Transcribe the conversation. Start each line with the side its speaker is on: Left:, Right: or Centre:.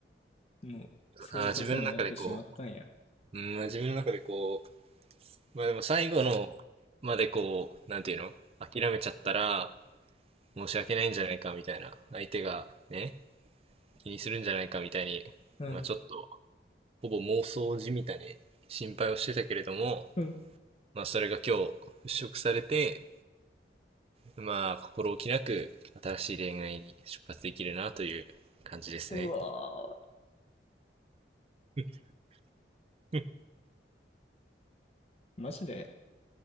Left: ー。もう、そういうことになってしまったんや。
Right: あー自分の中でこう、うん、自分の中でこう、まあでも最後のまでこう、なんていうの諦めちゃったら申し訳ないんじゃないかみたいな、相手がね、気にするんじゃないかみたいに、
Left: うん、
Right: まあちょっと、ほぼ妄想じみたね、心配をしてたけれども、
Left: うん。
Right: まあそれが今日払拭されて、まあ心置きなく新しい恋愛に出発できるなという感じですね。
Left: うわ
Right: <laughs> うん、
Left: ー。マジで